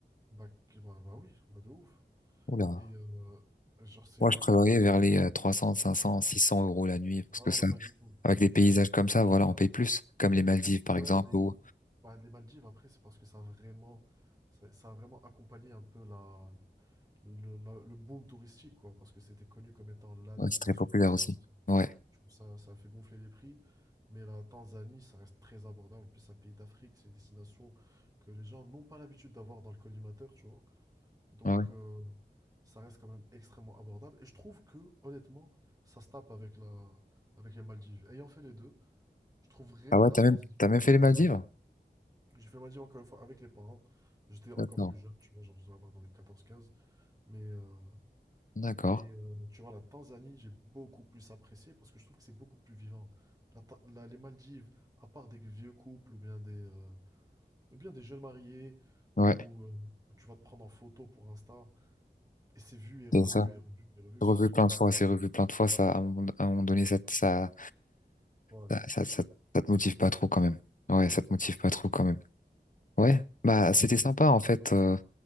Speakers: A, on the right; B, on the left.
A: Bah, qui- bah, bah oui, bah de ouf.
B: Oula.
A: Et euh, genre, c'est
B: Moi,
A: vraiment
B: je prévoyais
A: parfait.
B: vers les euh, 300, 500, 600 euros la nuit, parce
A: Non,
B: que ça,
A: non, pas du tout.
B: avec des paysages
A: Pas du
B: comme
A: tout.
B: ça, voilà, on paye plus. Comme les Maldives, par
A: Ouais,
B: exemple,
A: mais écoute,
B: où,
A: bah, les Maldives, après, c'est parce que ça a vraiment, ça, ça a vraiment accompagné un peu la, le, la- le boom touristique, quoi. Parce que c'était connu comme étant la
B: ouais,
A: destination
B: c'est très populaire
A: par excellence.
B: aussi. Ouais,
A: Du coup, ça, ça a fait gonfler les prix. Mais la Tanzanie, ça reste très abordable. En plus, c'est un pays d'Afrique. C'est une destination que les gens n'ont pas l'habitude d'avoir dans le collimateur, tu vois. Donc,
B: ouais. ouais.
A: euh, ça reste quand même extrêmement abordable. Et je trouve que, honnêtement, ça se tape avec la, avec les Maldives. Ayant fait les deux, je trouve vraiment
B: Ah ouais,
A: la
B: t'as
A: Tanzanie,
B: même, t'as
A: personnellement.
B: même fait les Maldives?
A: J'ai fait les Maldives encore une fois avec les parents. J'étais encore
B: D'accord.
A: plus jeune, tu vois, genre je devais avoir dans les quatorze quinze Mais, euh,
B: D'accord.
A: mais euh, tu vois, la Tanzanie, j'ai beaucoup plus apprécié parce que je trouve que c'est beaucoup plus vivant. La Ta- la- les Maldives, à part des vieux couples ou bien des, euh, ou bien des jeunes mariés
B: Ouais.
A: où, euh, où tu vas te prendre en photo pour Insta, Et c'est vu et revu
B: Et ça
A: et revu et revu,
B: revu
A: tu vois, genre,
B: plein
A: je trouve
B: de fois, c'est
A: ça.
B: revu plein de fois, ça, à un moment à un moment donné, ça, te- ça,
A: Ouais.
B: ça, ça, ça- ça te motive pas trop quand même. Ouais, ça te motive pas trop quand même. Ouais, bah c'était sympa en fait, euh,